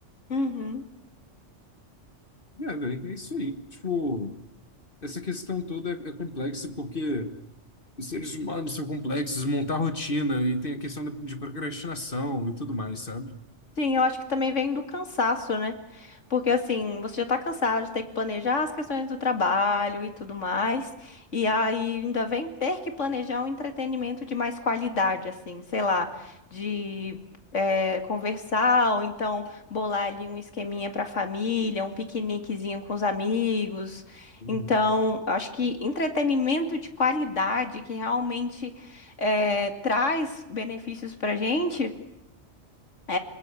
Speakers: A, on the left (about 80°); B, on the left (about 45°).
A: Uhum.
B: É, velho, é isso aí. Tipo, essa questão toda é, é complexa porque. Os seres humanos são complexos, montar rotina e tem a questão da- de procrastinação e tudo mais, sabe?
A: Sim, eu acho que também vem do cansaço, né? Porque assim, você já tá cansado de ter que planejar as questões do trabalho e tudo mais, e aí ainda vem ter que planejar um entretenimento de mais qualidade, assim, sei lá, de eh, conversar, ou então bolar ali um esqueminha pra família, um piqueniquezinho com os amigos.
B: Uhum.
A: Então, eu acho que entretenimento de qualidade que realmente eh, traz benefícios pra gente. É,